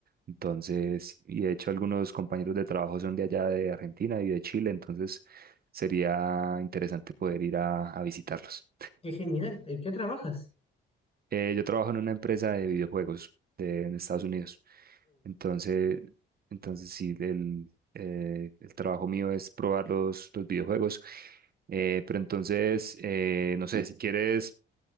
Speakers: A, on the right (about 50°); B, on the left (about 30°).
A: Entonces, y de hecho algunos compañeros de trabajo son de allá de Argentina y de Chile, entonces sería interesante poder ir a, a visitarlos.
B: Qué genial. ¿En qué trabajas?
A: Eh, yo trabajo en una empresa de videojuegos de- en Estados Unidos. Entonces, entonces sí, el, eh, el trabajo mío es probar los, los videojuegos. Eh, pero entonces, eh, no sé, si quieres,